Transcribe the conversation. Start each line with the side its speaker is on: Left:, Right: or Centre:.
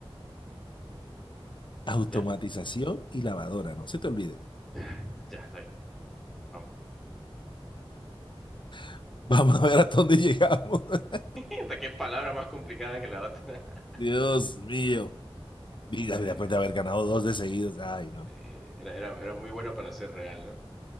Left: Automatización
Centre: Ya,
Left: y lavadora, no se te olvide.
Centre: <sighs> ya, está ahí. Vamos.
Left: <laughs> Vamos a ver hasta dónde llegamos. <laughs>
Centre: <laughs> Hasta qué palabra más complicada que la otra. <laughs>
Left: Dios mío. Y después
Centre: Eh,
Left: de haber ganado dos de seguidos. Ay, no.
Centre: eh, era, era, era muy bueno para ser real, ¿no?